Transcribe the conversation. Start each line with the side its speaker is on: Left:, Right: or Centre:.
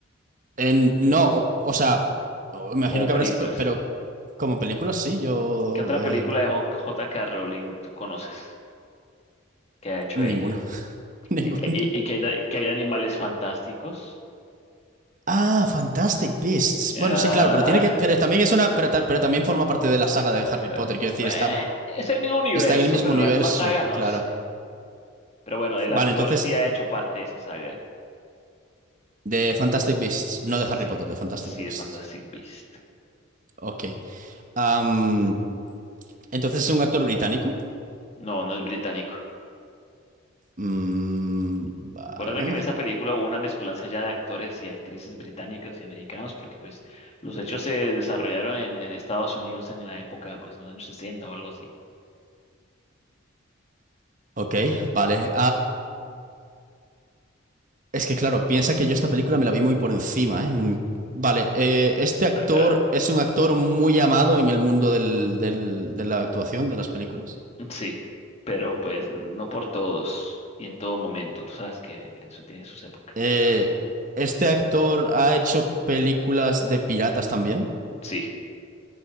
Right: en- no, o, o sea, o- imagino
Left: como
Right: que
Left: películas?
Right: habrá escrito, pero como películas sí, yo...
Left: ¿Qué otra
Right: eh,
Left: película de J- J.K. Rowling tú conoces que ha hecho
Right: Ninguna.
Left: ella?
Right: <laughs>
Left: Y
Right: Ningún-
Left: que, y- y que hay, de- que hay de animales fantásticos.
Right: Ah, Fantastic Beasts.
Left: Ah,
Right: Bueno, sí, claro, pero tiene que. Pero también es una. Pero, ta- pero también forma parte de la saga de Harry
Left: eh,
Right: Potter. Quiero decir,
Left: eh,
Right: está,
Left: es el mismo universo,
Right: está en el mismo
Left: pero
Right: universo.
Left: la misma saga no
Right: Claro.
Left: sé. Pero bueno, el
Right: Vale,
Left: actor
Right: entonces,
Left: sí ha hecho parte de esa saga.
Right: de Fantastic Beasts, no de Harry
Left: Sí,
Right: Potter, de Fantastic
Left: sí,
Right: Beasts.
Left: de Fantastic Beast.
Right: Ok. Am, entonces es un actor británico.
Left: No, no es británico.
Right: Mm, vale.
Left: Recuerda que en esa película hubo una mezcolanza ya de actores y actrices británicos y americanos, porque pues los hechos se desarrollaron en, en Estados Unidos en la época, pues en los años sesenta o algo así.
Right: Ok, vale. Es que claro, piensa que yo esta película me la vi muy por encima, ¿eh? En- Vale, eh, este actor
Left: Pero, eh,
Right: es un actor muy amado en el mundo del- del- de la actuación, de las películas.
Left: sí, pero pues no por todos y en todo momento. Tú sabes que eso tiene sus épocas.
Right: Eh, este actor ha hecho películas de piratas también.
Left: Sí.